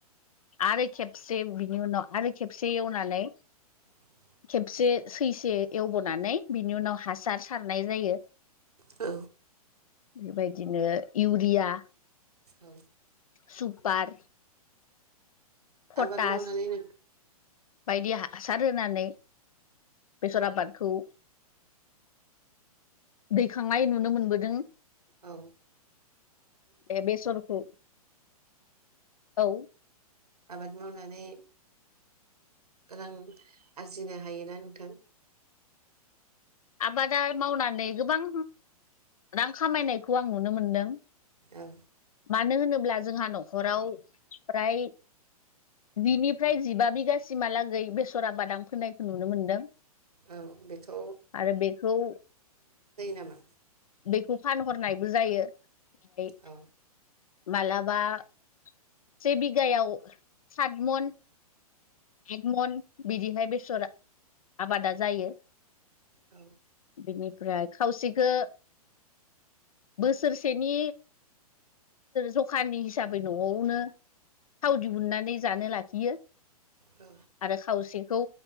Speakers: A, on the left; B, on the right.
A: आरो खेबसे बिनि उनाव आरो खेबसे एवनानै
B: <inaudible>
A: खेबसे सैसे एवबोनानै बिनि उनाव हासार सारनाय जायो।
B: औ।
A: बेबायदिनो इउरिया
B: औ।
A: सुपार। पटास
B: आबाद मावनानैलायनो
A: बायदि हासार होनानै बेसर आबादखौ दैखांनाय नुनो मोनबोदों।
B: औ।
A: बे बेसरखौ औ।
B: आबाद मावनानै रां आरजिनो हायोना नोंथां?
A: आबादा मावनानै गोबां रां खामायनायखौ आं नुनो मोनदों
B: औ
A: मानो होनोब्ला जोंहा न'खराव फ्राय जिनिफ्राय जिबा बिगासिमहालागै बेसरा बादाम फोनायखौ नुनो मोनदों।
B: औ बेथ'
A: आरो बेखौ
B: नामा
A: बेखौ फानहरनायबो जायो फ्राय
B: औ
A: मालाबा बा से बिघायाव सत मन आदा मन बिदिहाय बेसर आबादा जायो
B: औ
A: बिनिफ्राय खावसेखौ बोसोरसेनि जखानि हिसाबै न'आवनो थाव दिहुननानै जानो लाखियो
B: औ
A: आरो खावसेखौ